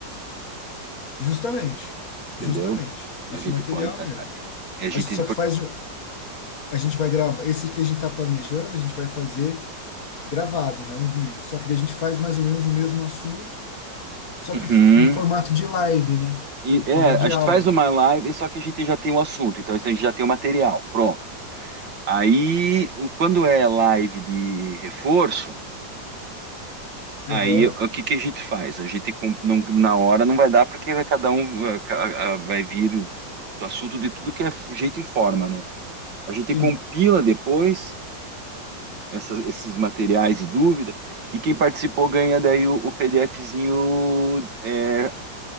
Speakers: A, on the left; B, on the right.
A: Justamente,
B: entendeu?
A: justamente esse
B: A gente
A: material
B: pode, a,
A: mesmo.
B: a- a gente,
A: Acho- Só que faz, um- a gente vai gravar. Esse que a gente está planejando, a gente vai fazer. gravado, né? Um vídeo. Só que daí a gente faz mais ou menos o mesmo assunto, só
B: uhum.
A: que f- em formato de live, né?
B: E
A: Em formato
B: é, a
A: de
B: gente
A: aula.
B: faz uma live, só que a gente já tem o assunto. Então a gente já tem o material, pronto. Aí, o- quando é live de reforço Aí,
A: Aham,
B: o que que a gente faz? A gente com- não, na hora não vai dar porque vai cada um vai ca- a- vai vir o assunto de tudo que é jeito e forma, né? A gente
A: sim.
B: compila depois essas- esses materiais e dúvida e quem participou ganha daí o, o PDFzinho é,